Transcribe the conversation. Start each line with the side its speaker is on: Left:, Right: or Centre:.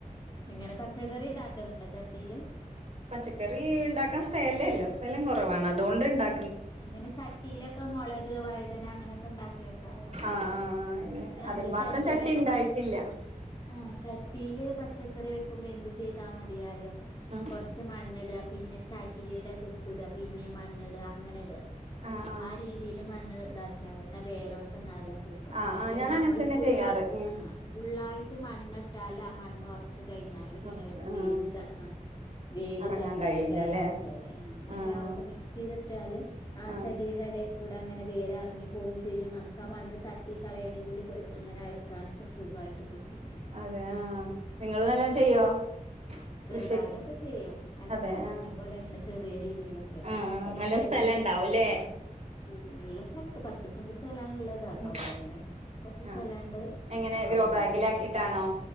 Left: ഇങ്ങനെ പച്ചക്കറി ണ്ടാക്കാറ്ണ്ടോ ചട്ടില്
Right: പച്ചക്കറി ഉണ്ടാക്കാ സ്‌തെലല്ല സ്ഥലം കൊറവാണ് അതോണ്ട് ഇണ്ടാ
Left: ഇങ്ങനെ ചട്ടിലൊക്കെ മോളക് വഴുതന അങ്ങനോക്കെ ണ്ടാക്കി വെക്കാലോ
Right: ആഹ് ആഹ് ഇനി
Left: ഞമ്മള്
Right: അതിന് മാത്രം
Left: ചട്ടിലൊക്കെ
Right: ചട്ടി ഉണ്ടായിട്ടില്ല
Left: പച്ച ആഹ് ചട്ടില് പച്ചക്കറി വെക്കുമ്പോ എന്ത് ചെയ്താ മതി അറിയോ
Right: ഉം
Left: കൊറ ച്ച് മണ്ണ്ടാ പിന്നെ ചകിരിയുടെ തുപ്പ് ടാ പിന്നീ മണ്ണ് ടാ അങ്ങനെ ടാ.
Right: ആഹ് ആഹ്
Left: ആ രീതില് മണ്ണ് താക്കിമയ് ന്ന വേരോട്ടം നല്ലോ കിട്
Right: അഹ് ആഹ് ഞാൻ
Left: നമ്മള്
Right: അങ്ങനെ തന്നെ
Left: ഫുള്ള
Right: ചെയ്യാറ് ഉം
Left: ആ ഫുള്ളായിട്ട് മണ്ണ്ട്ടാല് ആ മണ്ണ്ഒർ ച് കയിഞ്ഞാല്
Right: കൊറച്ച്
Left: പിന്നെ അവര്ക്ക്
Right: ഉം
Left: വേര് താ ആ വേര്
Right: എറങ്ങാൻ
Left: തട്ടാന്
Right: കഴിയില്ല
Left: പ്രയാസല് ഇങ്ങനെ
Right: ആഹ്
Left: ആവുമ്പോ മിക്സ് ചെയ്ത്ട്ടാല് ആ
Right: ആഹ്
Left: ചകിരിടെ ഇടെകൂടെ അങ്ങനെ വേരറ്ങ്ങി പോവും ചെയ്യും നമുക്ക്
Right: ആഹ്
Left: ആ മണ്ണ് തട്ടി കളയണെങ്കി ഇതില് ഇങ്ങനെ എളക്കാനൊക്കെ സുഖയിട്ട് കിട്ടും ചെയ്യും
Right: അതെ ആഹ് നിങ്ങള് നല്ലോ ചെയ്യോ
Left: ചെറുതായിട്ടൊക്കെ
Right: കൃഷി
Left: ചെയ്യും അടുക്കളത്തോട്ടം
Right: അതെ ആഹ്
Left: പോലെ അങ്ങനെ ചെറിയ രീതിലൊക്കെ
Right: ആഹ് ആഹ്
Left: ഇപ്പൊ നെലവില്
Right: നല്ല സ്ഥലം ഉണ്ടാവൂല്ലേ
Left: കൂ ള്ള സ്ഥലത്ത് പത്ത് സെന്റ് സ്ഥലാണ്ള്ളത് അതാ അപ്പൊ
Right: ഉം
Left: അവടെ ങ്ങനെ കൊറച്ച്
Right: ആഹ്
Left: സ്ഥലണ്ട്
Right: എങ്ങനെ
Left: അപ്പ
Right: ഗ്രോ
Left: അവടങ്ങനെ
Right: ബാഗിലാക്കിട്ടാണോ
Left: ചെയ്യും